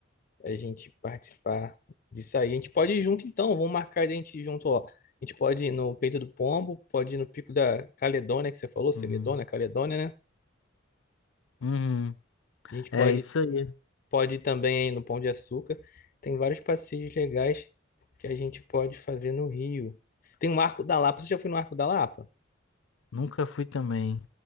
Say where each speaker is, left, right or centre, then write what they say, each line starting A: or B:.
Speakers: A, on the left; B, on the left.
A: a gente participar disso aí. A gente pode ir junto então, vamos marcar de a gente ir junto, ó. A gente pode ir no Peito do Pombo, pode ir no Pico da Caledônia, que você falou, Celedônia,
B: Hum.
A: Caledônia, né?
B: Uhum.
A: A gente pode,
B: É isso aí.
A: pode ir também aí no Pão de Açúcar. Tem vários passeios legais que a gente pode fazer no Rio. Tem o Arco da Lapa. Você já foi no Arco da Lapa?
B: Nunca fui também,